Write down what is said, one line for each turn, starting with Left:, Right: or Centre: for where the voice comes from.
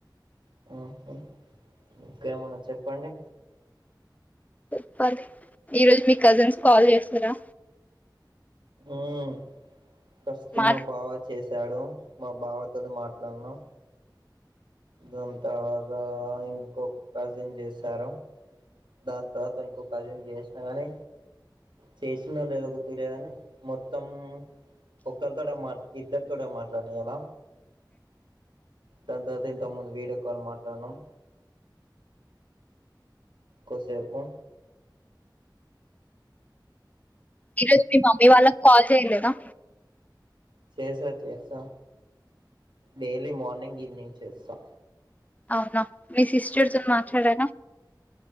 Right: హ్మ్ హు ఇంకేమన్నా చెప్పండి
Left: చెప్పాలి ఈరోజు మీ కజిన్స్ కాల్ చేసారా
Right: ఉమ్ ఫస్టు
Left: మాట్
Right: మా బావ చే చేశాడు మా బావ తోటి మాట్లాడినా దాని తర్వాత ఇంకొక కజిన్ చేసారు దాని తర్వాత ఇంకొక కజిన్ చేసిన గాని చేసింనానో లేదో గుర్తు లేదని మొత్తం ఒకక్కల్ తోటే మాట్ ఇద్దరు తోటే మాట్లాడినా ఇయ్యాల దాని తరువాత తమ్ముంది వీడియో కాల్ మాట్లాడినాం కొసేపు
Left: ఈరోజు మీ మమ్మీ వాళ్ళకి కాల్ చేయ్యలేదా
Right: చేసా చేసా డైలీ మార్నింగ్ ఈవినింగ్ చేస్తా
Left: అవునా మీ సిస్టర్తోని మాట్లాడారా